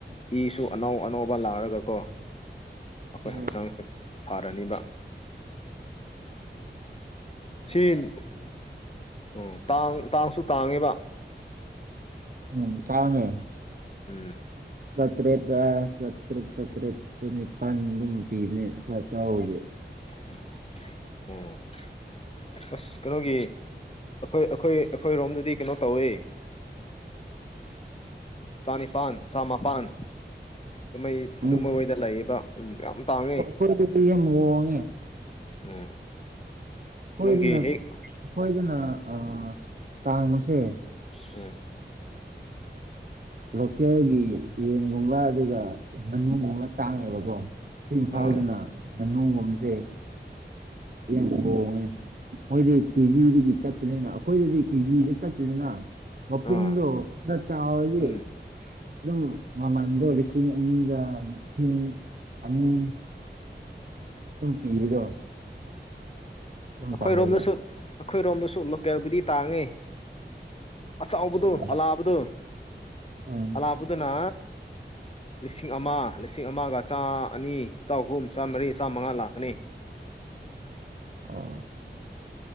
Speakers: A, on the left; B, on the right.
A: ꯏꯁꯨ ꯑꯅꯧ ꯑꯅꯧꯕ ꯂꯥꯛꯔꯒꯀꯣ ꯑꯩꯈꯣꯏ
B: ꯎꯝ
A: ꯍꯛꯆꯥꯡ ꯐꯥꯔꯅꯤꯕ ꯁꯤꯜ ꯎꯝ ꯇꯥꯡ ꯇꯥꯡꯁꯨ ꯇꯥꯡꯉꯤꯕ
B: ꯎꯝ ꯇꯥꯡꯉꯦ
A: ꯎꯝ
B: ꯆꯇ꯭ꯔꯦꯠ ꯑꯥ ꯆꯇ꯭ꯔꯦꯠ ꯆꯇ꯭ꯔꯦꯠ ꯆꯅꯤꯄꯥꯟ ꯑꯗꯨꯝ ꯄꯤꯕꯅꯦ ꯈꯔ ꯆꯥꯎꯔꯗꯤ
A: <unintelligible> ꯑꯁ ꯀꯩꯅꯣꯒꯤ ꯑꯩꯈꯣꯏ ꯑꯩꯈꯣꯏ ꯑꯩꯈꯣꯏ ꯔꯣꯝꯗꯗꯤ ꯀꯩꯅꯣ ꯇꯧꯌ‌ꯦ ꯆꯅꯤꯄꯥꯟ ꯆꯃꯥꯄꯥꯟ ꯑꯗꯨꯃꯥꯏ
B: ꯎꯝ
A: ꯑꯗꯨꯝ ꯃꯣꯏꯗ ꯂꯩꯌ‌ꯦꯕ ꯎꯝ ꯌꯥꯝ ꯇꯥꯡꯉ‌ꯦ
B: ꯑꯩꯈꯣꯏꯗꯗꯤ ꯌꯥꯝ ꯍ‌ꯣꯡꯉꯦ
A: ꯎꯝ
B: ꯑꯩꯈ‌ꯣꯏꯗꯅ
A: ꯅꯣꯏꯒꯤ
B: ꯑꯩꯈ‌ꯣꯏꯗꯅ
A: ꯍꯦꯛ
B: ꯑ ꯇꯥꯡꯕꯁꯦ
A: ꯎꯝ
B: ꯂꯣꯀꯦꯜꯒꯤ ꯌꯦꯟꯒꯨꯝꯕ ꯑꯗꯨꯒ ꯉꯥꯅꯨꯒꯨꯝꯕ ꯇꯥꯡꯉꯦꯕꯀꯣ ꯁꯤ ꯏꯝꯐꯥꯎꯗꯅ
A: ꯑꯥ
B: ꯉꯥꯅꯨꯒꯨꯝꯕꯁꯦ ꯌꯥꯝ ꯍ‌ꯣꯡꯉ‌ꯦ ꯃꯣꯏꯗꯤ ꯀꯦꯖꯤꯗꯒꯤ ꯆꯠꯄꯅꯤꯅ ꯑꯩꯈꯣꯏꯗꯗꯤ ꯀꯦꯖꯤꯗ ꯆꯠꯇ‌ꯦꯗꯅ ꯃꯄꯨꯡꯗꯣ
A: ꯑꯥ
B: ꯈꯔꯥ ꯆꯥꯎꯔꯗꯤ
A: ꯎꯝ
B: ꯑꯗꯨꯝ ꯃꯥꯃꯟꯗꯣ ꯂꯤ ꯂꯤꯁꯤꯡ ꯑꯅꯤꯒ ꯂꯤꯁꯤꯡ ꯑꯅꯤ ꯑꯗꯨꯝ ꯄꯤꯕꯗꯣ ꯑꯗꯨꯝ
A: ꯑꯩꯈꯣꯏꯔꯣꯝꯗꯁꯨ
B: ꯇꯧꯋꯦꯕ
A: ꯑꯩꯈꯣꯏꯔꯣꯝꯗꯁꯨ ꯂꯣꯀꯦꯜꯕꯨꯗꯤ ꯇꯥꯡꯉ‌ꯦ ꯑꯆꯥꯎꯕꯗꯣ
B: ꯑꯣ
A: ꯑꯂꯥꯕꯗꯣ
B: ꯎꯝ
A: ꯑꯂꯥꯕꯗꯨꯅꯥ ꯂꯤꯁꯤꯡ ꯑꯃ ꯂꯤꯁꯤꯡ ꯑꯃꯒ ꯆꯥ ꯑꯅꯤ ꯆꯍꯨꯝ ꯆꯥꯝꯃꯔꯤ ꯆꯥꯝꯃꯉꯥ ꯂꯥꯛꯀꯅꯤ
B: ꯑꯥ